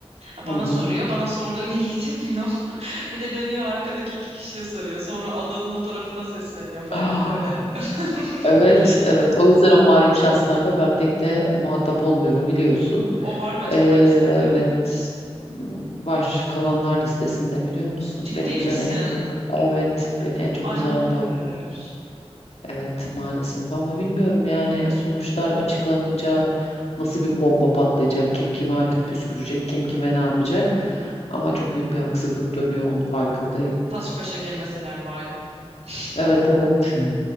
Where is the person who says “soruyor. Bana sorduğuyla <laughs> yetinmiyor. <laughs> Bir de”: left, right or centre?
Right